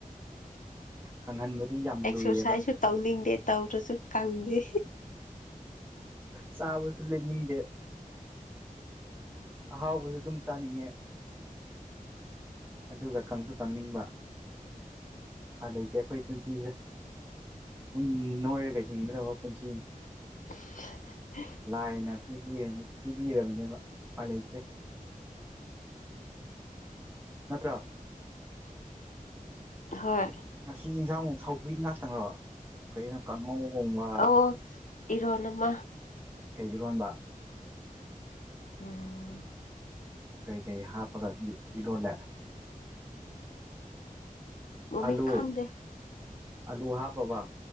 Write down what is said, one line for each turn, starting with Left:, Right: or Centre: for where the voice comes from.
Right: ꯀꯪꯍꯟꯕꯗꯤ ꯌꯥꯝ
Left: ꯑꯦꯛꯁꯔꯁꯥꯏꯁꯁꯨ
Right: ꯂꯨꯏꯌꯦꯕ
Left: ꯇꯧꯅꯤꯡꯗꯦ ꯇꯧꯗ꯭ꯔꯁꯨ ꯀꯪꯗꯦ
Right: ꯆꯥꯕꯁꯨ ꯂꯦꯞꯅꯤꯡꯗꯦ ꯑꯍꯥꯎꯕꯁꯨ ꯗꯨꯝ ꯆꯥꯅꯤꯡꯉꯦ ꯑꯗꯨꯒ ꯀꯪꯁꯨ ꯀꯪꯅꯤꯡꯕ ꯎꯄꯥꯏ ꯂꯩꯇꯦ ꯑꯩꯈꯣꯏ ꯄꯨꯟꯁꯤꯁꯦ ꯗꯨꯝ ꯅꯣꯏꯔꯒ ꯍꯤꯡꯒꯗꯕ ꯄꯨꯟꯁꯤꯅꯦ
Left: <unintelligible>
Right: ꯂꯥꯏꯅ ꯄꯤꯕꯤꯔꯅꯤ ꯄꯤꯕꯤꯔꯕꯅꯦꯕ ꯎꯄꯥꯏ ꯂꯩꯇꯦ ꯅꯠꯇ꯭ꯔꯣ
Left: ꯍꯣꯏ
Right: ꯉꯁꯤ ꯏꯪꯖꯥꯡ ꯁꯧꯒ꯭ꯔꯤ ꯉꯥꯛꯇꯪꯒ ꯀꯔꯤꯅꯣ ꯀꯥꯡꯉꯧꯒꯨꯝꯕ
Left: ꯑꯣ ꯏꯔꯣꯟ ꯑꯃ
Right: ꯀꯩ ꯏꯔꯣꯟꯕ
Left: ꯎꯝ
Right: ꯀꯩ ꯀꯩ ꯍꯥꯞꯄꯒ ꯏ ꯏꯔꯣꯜꯂꯦ
Left: ꯃꯃꯤꯡ
Right: ꯑꯥꯂꯨ
Left: ꯈꯪꯗꯦ
Right: ꯑꯂꯨ ꯍꯥꯞꯄꯕ